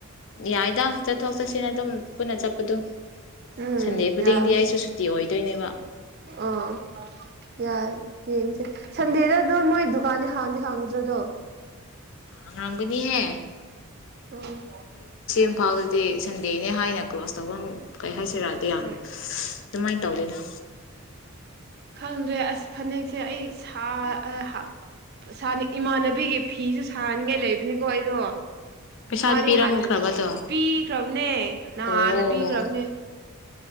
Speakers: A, on the left; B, on the right.
A: ꯌꯥꯏꯗ ꯆꯠꯊꯣꯛ ꯆꯠꯁꯤꯟ ꯑꯗꯨꯝ ꯄꯨꯟꯅ ꯆꯠꯄꯗꯨꯝ
B: ꯎꯝ
A: ꯁꯟꯗꯦ ꯈꯨꯗꯤꯡꯗꯤ
B: ꯌꯥꯕꯅꯦ
A: ꯑꯩꯁꯨ ꯁꯨꯇꯤ ꯑꯣꯏꯗꯣꯏꯅꯦꯕ
B: ꯑꯥ ꯌꯥꯏ ꯌꯦꯡꯁꯦ ꯁꯟꯗꯦꯗ ꯑꯗꯨꯣ ꯃꯣꯏ ꯗꯨꯀꯥꯟꯗꯤ ꯍꯥꯡꯗꯤ ꯍꯥꯡꯒꯨꯗ꯭ꯔꯗꯣ
A: ꯑꯔꯝꯒꯅꯤ ꯍ
B: ꯎꯝ
A: ꯏꯝꯐꯥꯜꯗꯗꯤ ꯁꯟꯗꯦꯅꯦ ꯍꯥꯏꯅ ꯀ꯭ꯂꯥꯁ ꯇꯧꯐꯝ ꯀꯩ ꯍꯥꯏꯁꯤꯔꯗ ꯌꯥꯝ
B: ꯍꯣꯏ
A: ꯀꯃꯥꯏꯅ ꯇꯧꯗꯣꯏꯅꯣ
B: ꯈꯪꯗ꯭ꯔꯦ ꯑꯁ ꯐꯅꯦꯛꯁꯦ ꯑꯩ ꯁꯥ ꯍꯥꯞꯄ ꯁꯥ ꯏꯃꯥꯟꯅꯕꯤꯒꯤ ꯐꯤꯁꯨ ꯁꯥꯅꯤꯡꯉꯥꯏ ꯂꯩꯕꯅꯤꯀꯣ ꯑꯩꯗꯣ
A: ꯄꯩꯁꯥꯗꯤ
B: ꯃꯥꯗꯤ
A: ꯄꯤꯔꯝꯈ꯭ꯔꯕꯗꯣ
B: ꯍꯥꯟꯅ ꯄꯤꯈ꯭ꯔꯕꯅꯦ ꯅꯍꯥꯟꯥꯟꯅ
A: ꯑꯣ
B: ꯄꯤꯈ꯭ꯔꯕꯅꯦ